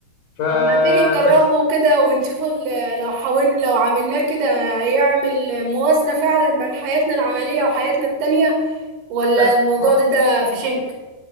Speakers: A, on the left (about 60°); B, on the right (about 60°).
A: فبس
B: طب ما تيجي نجربه كده ونشوف ال- لو حاولنا لو عملناه كده يعمل موازنة فعلا بين حياتنا العملية وحياتنا التانية ولا
A: لا
B: الموضوع
A: ما
B: ده ده في شنك